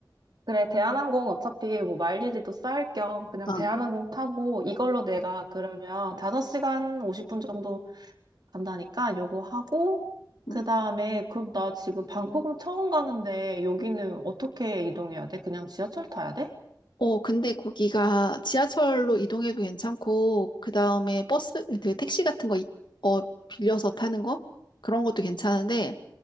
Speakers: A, on the right (about 60°); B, on the left (about 75°).
A: 그래, 대한항공 어차피 뭐 마일리지도 쌓을 겸 그냥
B: 어, 어.
A: 대한항공 타고 이걸로 내가 그러면 5시간 50분 정도 간다니까 요거 하고
B: 어.
A: 그다음에 그럼 나 지금 방콕은 처음 가는데 여기는 어떻게 이동해야 돼? 그냥 지하철 타야 돼?
B: 어, 근데 거기가 지하철로 이동해도 괜찮고, 그 다음에 버스, 그 택시 같은 거, 이- 어, 빌려서 타는 거? 그런 것도 괜찮은데,